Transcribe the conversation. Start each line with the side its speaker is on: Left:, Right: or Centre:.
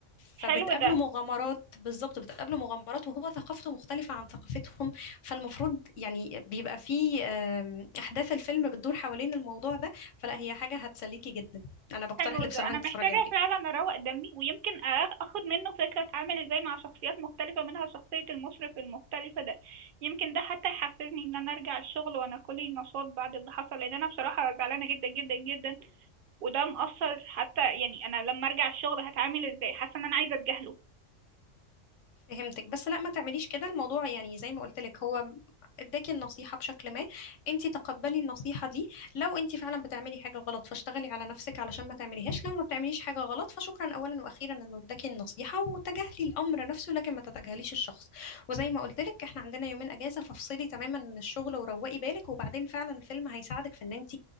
Left: فبتقابله
Right: حلو ده
Left: مغامرات بالظبط بتقابله مغامرات وهو ثقافته مختلفة عن ثقافتهم فالمفروض يعني بيبقى فيه آم، أحداث الفيلم بتدور حوالين الموضوع ده فلا هي حاجة هتسليكي جدا أنا بقترح
Right: حلو
Left: لك
Right: ده
Left: بصراحة
Right: انا
Left: أنت
Right: محتاجه
Left: تتفرجي عليه
Right: فعلا اروق دمي ويمكن أ- اخد منه فكره اتعامل ازاي مع شخصيات مختلفه منها شخصيه المشرف المختلفه ده يمكن ده حتى يحفزني ان انا ارجع الشغل وانا كلي نشاط بعد اللي حصل لان انا بصراحه زعلانه جدا جدا جدا وده مأثر حتى يعني انا لما ارجع الشغل هتعامل ازاي حاسه ان انا عايزه اتجاهله
Left: فهمتك بس لا ما تعمليش كده الموضوع يعني زي ما قلت لك هو اداكي النصيحة بشكل ما انت تقبلي النصيحة دي لو انت فعلا بتعملي حاجة غلط فاشتغلي على نفسك علشان ما تعمليهاش لو ما بتعمليش حاجة غلط فشكرا اولا واخيرا انه اداكي النصيحة وتجاهلي الامر نفسه لكن ما تتجاهليش الشخص وزي ما قلت لك احنا عندنا يومين اجازة فافصلي تماما من الشغل وروقي بالك وبعدين فعلا الفيلم هيساعدك في ان انت